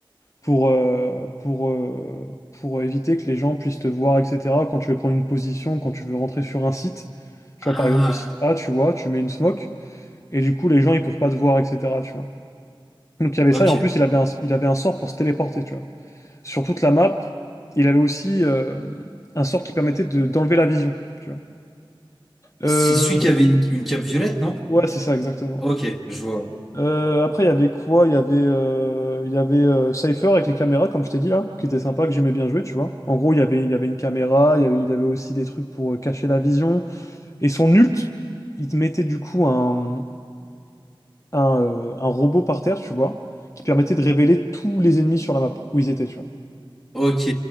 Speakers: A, on the left (about 35°); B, in the centre.
A: pour, euh, pour, euh, pour éviter que les gens puissent te voir, etc. Quand tu veux prendre une position, quand tu veux rentrer sur un site, tu
B: Ah,
A: vois, par exemple, le site A, tu vois, tu mets une smoke, et du coup, les gens, ils peuvent pas te voir, etc., tu vois. Donc, il y avait
B: ok.
A: ça, et en plus, il avait un, il avait un sort pour se téléporter, tu vois. Sur toute la map, il avait aussi euh, un sort qui permettait de, d'enlever la vision, tu vois. Euh,
B: C'est celui qui avait une, une cape violette, non?
A: Ouais, c'est ça, exactement.
B: Ok,
A: ouais.
B: je vois.
A: Euh, après, il y avait quoi? Il y avait, euh, il y avait euh, Cypher avec les caméras, comme je t'ai dit là, qui était sympa, que j'aimais bien jouer, tu vois. En gros, il y avait, il y avait une caméra, il y avait, il avait aussi des trucs pour euh, cacher la vision. Et son ult, il te mettait du coup un, un, euh, un robot par terre, tu vois, qui permettait de révéler tous les ennemis sur la map, où ils étaient, tu vois.
B: Ok,